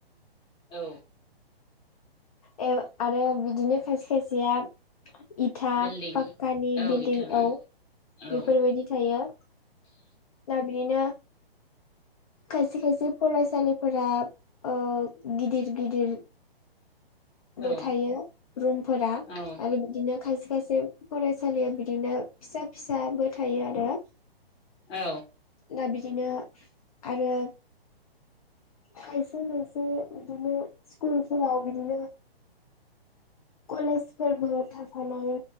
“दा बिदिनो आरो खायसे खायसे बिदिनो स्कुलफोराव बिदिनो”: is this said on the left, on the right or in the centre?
Left